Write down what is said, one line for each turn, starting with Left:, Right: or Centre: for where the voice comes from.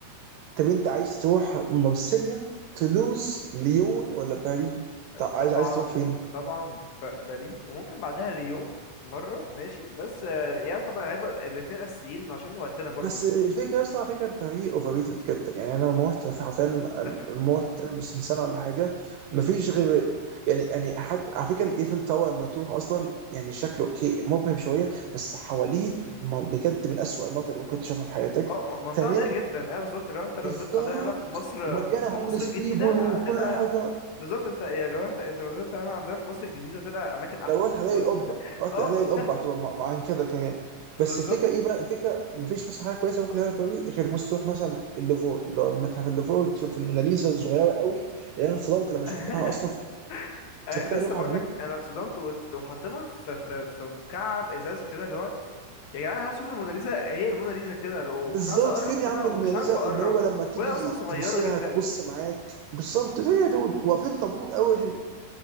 Right: طب انت عايز تروح مارسيليا تولوز ليون ولا باريس طب
Left: طبعا
Right: عايز عايز تروح فين؟
Left: طبعا ب- باريس وممكن بعدها ليون مرة ماشي بس آه، يعني طبعا هيبقى الاتنين أساسيين عشان وقتنا برضو
Right: بس الفكره بس على فكره باريس اوفر ريتد جدا يعني انا لما رحت حرفيا
Left: اتفق
Right: لما رحت مش من سنه ولا حاجه ما
Left: امم
Right: فيش غير يعني يعني حد على فكره الايفل تاور لما تروح اصلا يعني شكله اوكي مبهر شويه بس حواليه
Left: امم
Right: م- بجد من اسوء المناطق اللي ممكن تشوفها في حياتك
Left: اه م- منطقة
Right: ثانيا
Left: ضيقة جدا ايوه بالظبط لو انت لو
Right: بالظبط
Left: نزلت عندنا هنا في مصر
Right: ومليانه
Left: ف-
Right: هوملس
Left: في مصر الجديدة
Right: بيبول وكل
Left: هتلقى
Right: حاجه
Left: بالظبط انت يعني لو انت انت لو نزلت هنا عندنا في مصر الجديدة هتلقى أماكن أحسن
Right: لو رحت هلاقي
Left: اللي هو-
Right: القبه رحت
Left: اه
Right: هلاقي القبه هتبقى مع مع كده كمان
Left: بالظبط
Right: بس الفكره ايه بقى الفكره مفيش مثلا حاجه كويسه ممكن تعمل باريس غير مثلا تروح مثلا اللوفر اللي هو متحف اللوفر تشوف
Left: م-
Right: الموناليزا
Left: م- م.
Right: الصغيره قوي اللي انا اتصدمت لما
Left: <laughs>
Right: شفتها اصلا كنت
Left: آه
Right: فاكرها
Left: لسه
Right: لوحه
Left: بقول
Right: كبيره
Left: لك انا اتصدمت وت- وحطيناها في في في مكعب ازاز كده اللي هو يا جدعان انا عايز اشوف الموناليزا هي الموناليزا كده وكنت
Right: بالظبط
Left: عايز اقرب
Right: فين يا
Left: منها
Right: عم
Left: ومش
Right: الموناليزا
Left: عارف اقرب
Right: اللي هو لما تيجي
Left: وهي اصلا صغيره
Right: تبص لها
Left: جدا
Right: تبص معاك بالظبط ليه يا دود واقفين طابور قوي عشان